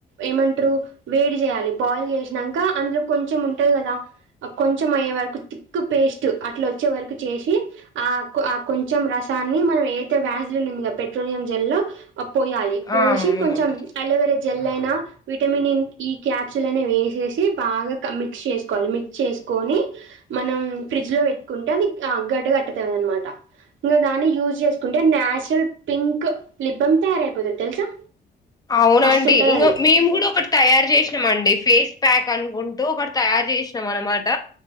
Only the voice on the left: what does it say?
ఆ అవునండి
అవునండి
ఇంగ
మేము గుడా ఒకటి తయార్ జెశినం అండి ఫేస్ ప్యాక్ అనుకుంటూ ఒకటి తయారు జేశినం అనమాట